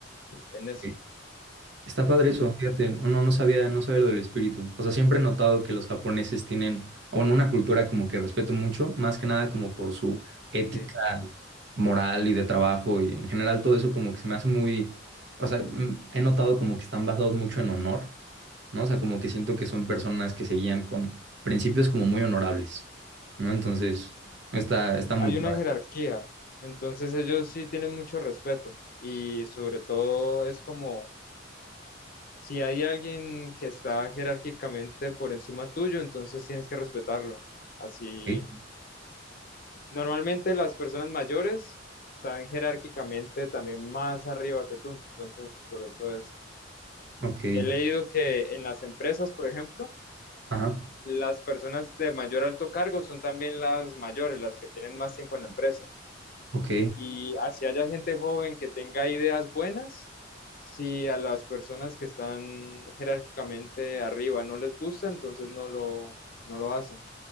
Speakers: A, on the left; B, on the right.
A: en eso.
B: Ok. Está padre
A: Sí,
B: eso, fíjate, no, no no sabía, no sabía lo del espíritu. O sea, siempre he notado que los japoneses tienen, o bueno, una cultura como que respeto mucho, más que nada como por su ética
A: sí, sí.
B: moral y de trabajo y en general todo eso como que se me hace muy, o sea, mm, he notado como que están basados mucho en honor, ¿no? O sea, como que siento que son personas que se guían con principios como muy honorables, ¿no? Entonces, está, está muy
A: Hay
B: padre.
A: una jerarquía. Entonces ellos sí tienen mucho respeto. Y sobre todo es como, si hay alguien que está jerárquicamente por encima tuyo, entonces tienes que respetarlo así
B: Ok,
A: Normalmente las personas mayores están jerárquicamente también más arriba que tú, entonces por eso es.
B: ok,
A: He leído que en las empresas, por ejemplo,
B: ajá,
A: las personas de mayor alto cargo son también las mayores, las que tienen más tiempo en la empresa.
B: ok.
A: Y así haya gente joven que tenga ideas buenas, si a las personas que están jerárquicamente arriba no les gusta, entonces no lo, no lo hacen.